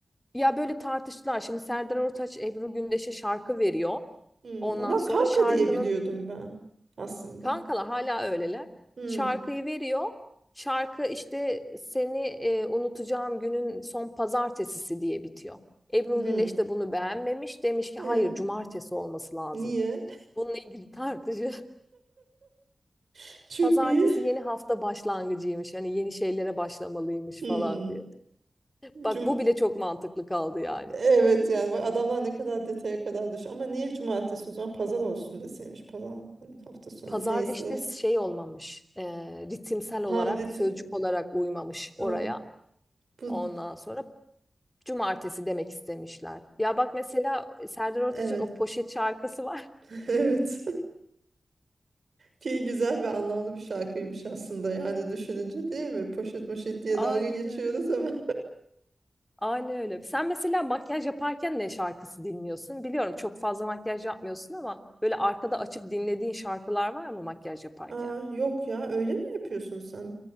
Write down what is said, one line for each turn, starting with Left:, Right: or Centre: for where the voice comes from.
Left: ya böyle tartıştılar. Şimdi Serdar Ortaç Ebru Gündeş'e şarkı veriyor.
Right: Hmm.
Left: Ondan
Right: Ona
Left: sonra
Right: kanka
Left: şarkının
Right: diye biliyordum ben aslında.
Left: kankalar hala öyleler.
Right: Hmm.
Left: Şarkıyı veriyor. Şarkı işte seni e, unutacağım günün son pazartesisi diye bitiyor. Ebru
Right: Hmm.
Left: Gündeş de bunu beğenmemiş. Demiş ki
Right: E,
Left: hayır cumartesi olması lazım.
Right: niye?
Left: Bununla ilgili tartışı.
Right: <laughs>
Left: <laughs>
Right: Çok
Left: Pazartesi
Right: iyi.
Left: yeni hafta başlangıcıymış. Hani yeni şeylere başlamalıymış
Right: Hmm.
Left: falan diye. Bak
Right: Cum
Left: bu bile çok mantıklı kaldı yani.
Right: evet yani bak adamlar ne kadar detaya kadar düş. Ama niye cumartesi o zaman pazar olsun deseymiş. Pazar hani hafta sonu
Left: Pazarda
Right: neyse.
Left: işte şey olmamış, e, ritimsel olarak,
Right: Ha, ritim.
Left: sözcük olarak uymamış oraya.
Right: Ha, bu
Left: Ondan sonra cumartesi demek istemişler. Ya bak mesela Serdar Ortaç'ın
Right: evet.
Left: o poşet şarkısı var.
Right: <laughs> Evet. Ki güzel ve anlamlı bir şarkıymış aslında yani düşününce değil mi? Poşet moşet diye
Left: <laughs> Aynen
Right: dalga geçiyoruz
Left: öyle.
Right: ama.
Left: Aynen öyle. Sen mesela makyaj yaparken ne şarkısı dinliyorsun? Biliyorum çok fazla makyaj yapmıyorsun ama böyle arkada açıp dinlediğin şarkılar var mı makyaj
Right: <laughs>
Left: yaparken?
Right: Aa, yok ya öyle mi yapıyorsun sen?